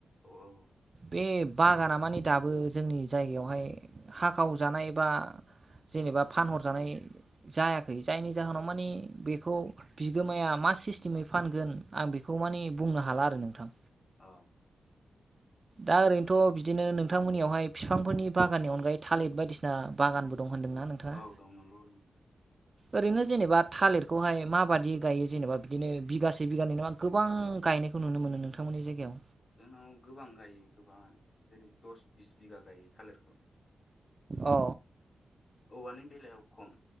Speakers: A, on the left; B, on the right.
A: औ औ।
B: बे बागाना मानि दाबो जोंनि जायगायावहाय हाखाव जानाय बा जेनेबा फानहरजानाय जायाखै जायनि जाहोनाव मानि बेखौ बिगोमाया मा सिस्टेमै फानगोन आं बेखौ मे बुंनो हाला आरो नोंथां।
A: औ।
B: दा ओरैनोथ' बिदिनो नोंथांमोननियावहाय बिफांफोरनि बागाननि अनगायै थालिर बायदिसिना बागानबो दं होन्दोंना नोंथाङा
A: औ दं नंगौ।
B: ओरैनो जेनेबा थालिरखौहाय माबाददि गायो जेनेबा बिदिनो बिगासे बिगानै नामा गोबां गायनाय खौ नुनोमोनो नोंथांमोननि जायगायाव
A: जोंनाव गोबां गायो गोबां जेरै दस बिस बिगा गायो थालिरखौ
B: औ
A: औवानि बेलायाव खम